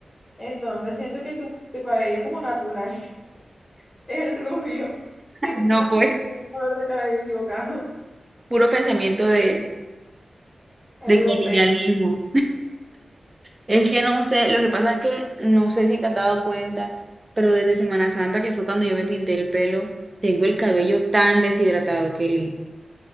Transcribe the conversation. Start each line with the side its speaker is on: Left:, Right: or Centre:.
Left: entonces siento que tu, tu cabello como natural <laughs> es el rubio. Tipo,
Right: No,
Left: tú
Right: pues,
Left: tienes un color de cabello equivocado.
Right: puro pensamiento de,
Left: europeo.
Right: de colonialismo. Es que no sé, lo que pasa es que no sé si te has dado cuenta, pero desde Semana Santa, que fue cuando yo me pinté el pelo, tengo el cabello tan deshidratado, Kelly.